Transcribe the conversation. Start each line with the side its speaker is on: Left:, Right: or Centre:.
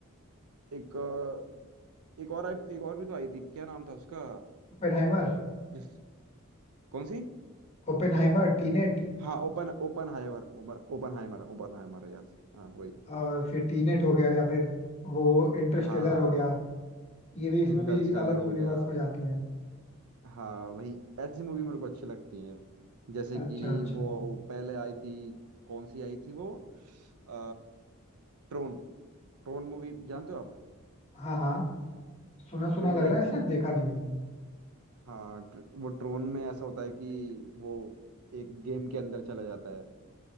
Right: एक अ, एक और आई- एक और भी तो आई थी क्या नाम था उसका
Left: ओपेनहाइमर
Right: जिस कौन सी
Left: Oppenheimer Tenet
Right: हाँ open Oppenheimer open Oppenheimer Oppenheimer yes हाँ वही
Left: और फिर टीनेट हो गया या फिर वो इंटरस्टेलर
Right: हाँ
Left: हो गया ये भी इसमें
Right: इंटरस्टेलर
Left: भी अलग यूनिवर्स
Right: हो गया
Left: में जाते हैं
Right: हाँ वही ऐसी मूवी मेरे को अच्छी लगती हैं जैसे
Left: अच्छा
Right: कि
Left: अच्छा
Right: वो पहले आई थी कौन सी आई थी वो आ, ट्रोन ट्रोन मूवी जानते हो आप
Left: हाँ हाँ सुना सुना
Right: ट्रोन
Left: लग
Right: लेगेसी
Left: रहा है शायद देखा नहीं है
Right: हाँ tr- वो ट्रोन में ऐसा होता है कि वो एक गेम के अंदर चला जाता है